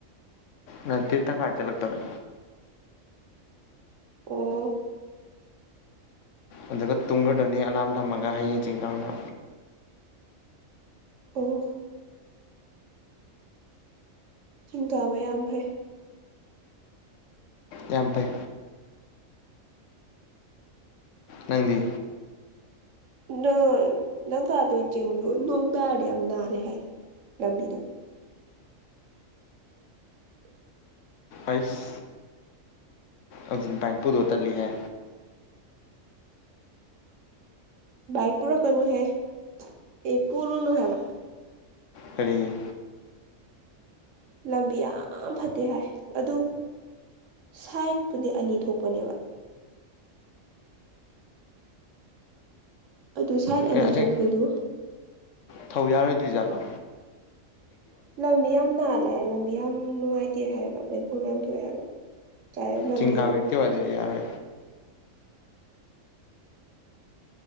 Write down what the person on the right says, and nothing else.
ꯑꯣ
ꯑꯣ ꯊꯤꯡ ꯀꯥꯕ ꯌꯥꯝ ꯐꯩ
ꯅ ꯅꯪ ꯀꯥꯗ ꯆꯤꯡ ꯅꯣꯡꯒꯒꯥꯗ ꯌꯥꯝ ꯅꯅꯥꯔꯦ ꯍꯥꯏ ꯂꯕꯤꯗ ꯎ
ꯏ ꯄꯔꯣ ꯀꯩꯅꯨꯍꯦ ꯑꯦ ꯄꯔꯅ ꯍꯕ
ꯂꯝꯕꯤ ꯌꯥꯝ ꯐꯠꯇꯦ ꯍꯥꯏ ꯑꯗꯨ ꯁꯥꯏꯠꯄꯨꯗꯤ ꯑꯅꯤ ꯊꯣꯛꯄꯅꯦꯕ ꯑꯗꯨ ꯁꯥꯏꯠ
ꯑꯅꯤ
ꯊꯣꯛꯄꯗꯨꯣ
ꯂꯝꯕꯤ ꯌꯥꯝ ꯅꯥꯜꯂꯦ ꯂꯝꯕꯤ ꯌꯥꯝ ꯅꯨꯡꯉꯥꯏꯇꯦ ꯍꯥꯏꯕ ꯂꯩꯈꯣ ꯌꯥꯝ ꯊꯣꯛꯑꯦ ꯍꯥꯏꯕ ꯀꯥꯏ ꯂꯝꯕꯤꯗꯨ